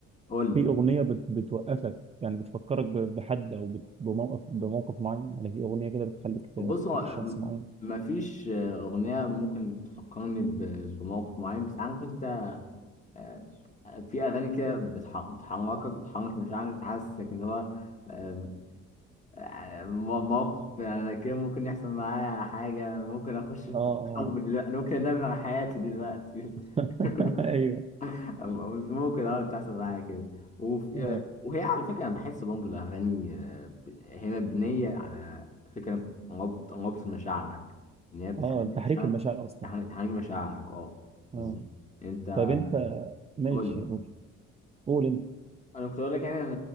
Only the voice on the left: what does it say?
قول
بص
هو آه،
م-
مفيش آه، أغنية ممكن تفكرني ب- بموقف معين بس عارف أنت آه، في اغاني كده بتح- بتحركك بتحرك مشاعرك بتحسسك ان هو آم، آه، مو- موقف يعني أنا كده ممكن يحصل معايا حاجة ممكن أخش في قصة
حب دلوقتي ممكن أدمر حياتي دلوقتي
<laughs>
أو- أو ممكن أه تحصل معايا كده وفي
وهي على فكرة أنا بحس برضه الأغاني آه، ب- هي مبنية على فكرة ربط ربط مشاعرك إن هي بتخلي
مشاعرك
تحرك تحرك مشاعرك أه بالظبط
أنت
قول لي
انا كنت اقول لك يعني ان